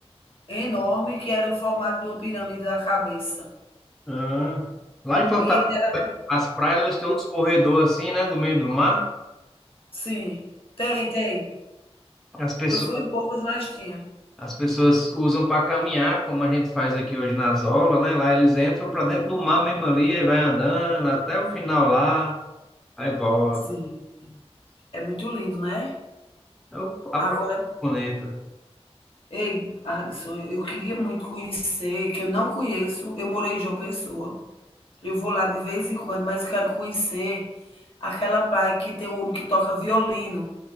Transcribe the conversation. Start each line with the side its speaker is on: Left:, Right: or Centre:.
Left: enorme, que era o formato de uma pirâmide da cabeça.
Centre: Ah. Lá em Fortaleza,
Left: E ele era
Centre: as praias elas têm uns corredores assim, né, no meio do mar.
Left: Sim, tem, tem.
Centre: As pessoas
Left: Eu fui em poucas, mas tinha.
Centre: As pessoas usam para caminhar, como a gente faz aqui hoje nas aulas, né? Lá eles entram para dentro do mar mesmo ali, aí vai andando até o final lá, aí volta.
Left: Sim, é muito lindo, né.
Centre: É o- a praia
Left: Agora,
Centre: bonita
Left: ei, Alisson, eu queria muito conhecer, que eu não conheço, eu morei em João Pessoa. Eu vou lá de vez em quando, mas quero conhecer aquela praia que tem o homem que toca violino.